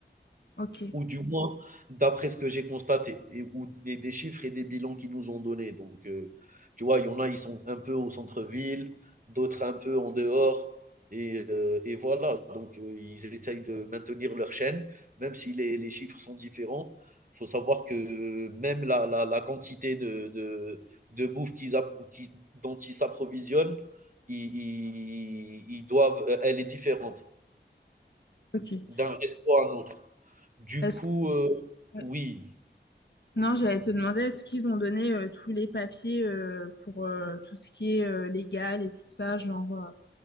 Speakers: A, on the left (about 65°); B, on the right (about 45°).
A: ok.
B: ou du moins d'après ce que j'ai constaté, et, ou, et des chiffres et des bilans qu'ils nous ont donnés. Donc, euh, tu vois, il y en a, ils sont un peu au centre-ville, d'autres un peu en dehors, et, euh, et voilà. Donc, euh, ils essayent de maintenir leur chaîne, même si les, les chiffres sont différents. Il faut savoir que même la, la, la quantité de, de, de bouffe qu'ils app- dont ils s'approvisionnent, ils, ils- ils doivent, elle est différente
A: ok.
B: d'un resto à un autre. Du
A: Est-ce
B: coup,
A: que...
B: heu,
A: euh,
B: oui,
A: Non, j'allais te demander, est-ce qu'ils ont donné euh, tous les papiers euh, pour euh, tout ce qui est euh, légal et tout ça, genre... euh,